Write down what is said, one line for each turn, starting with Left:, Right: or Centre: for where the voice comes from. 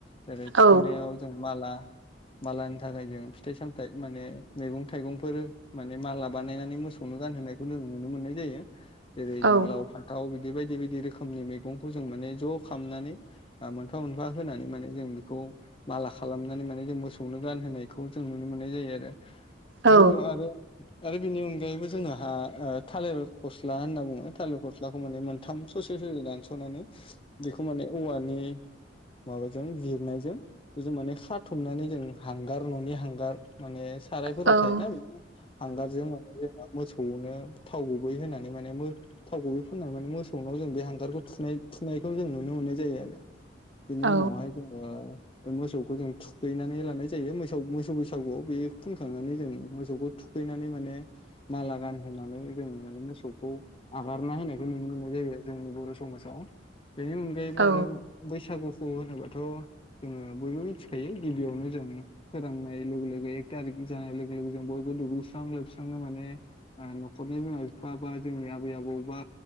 Left: जेरै
Right: औ
Left: थुखैनायाव जों माला मालानि थाखाय जों फिथाइ सामथायाइ माने मैगं थाइगंफोर माने माला बानायनानै मोसौनो गानहोनायखौ जों नुनो मोननाय जायो जेरै
Right: औ
Left: जों लाव फान्थाव बिदि बे बायदि बायदि रोखोमनि मैगंखौ जों माने ज' खालामनानै मोनफा मोनफा होनानै माने जों बेखौ माला खालामनानै माने जों मोसौनो गानहोनायखौ जों नुनो मोननाय जायो आरो
Right: औ
Left: गिबिआव आरो आरो बेनि अनगायैबो जोंहा थालिर फस्ला होनना बुङो थालिर फस्लाखौ माने मोनथाम ससे दानस'नानै बेखौ माने औवानि माबाजों जिरनायजों बेजों माने खाथबनानै जों हांगार न'नि हांगार माने सारायफोराव
Right: औ
Left: थायोना बेनि हांगारजों माने जोो मो मोसौआवनो थाव गुबै होनानै माने थाव गुबै फुननानै माने मोसौनोाव जों बे हांगारखौनायिनाय खौ जों नुनो मोननाय जायो आरो बेनि
Right: औ
Left: उनावहाय जोङो बे मोसौखौ जों थुगैनानै लानाय जायो मोसौ मोसौ बैसागुआव बे फुनखांनानै जों मोसौखौ थुखैनानै माने माला गानहोनानै जोङो माने मोसौखौ आगारना होनायखौ नुनो मोनो ज जोंनि बर' समाव बेनि अनगायैबो
Right: औ
Left: आरो बैसागु होनोबाथ' जोङो बयबो मिथिखायो गिबियावनो जों फोरोंनाय लोगो लोगो एक थारिक <unintelligible> <inaudible> दुगैस्रां लोबस्रांनो माने न'खरनि बिमा बिफा बा जोंनि आबै आबौ बा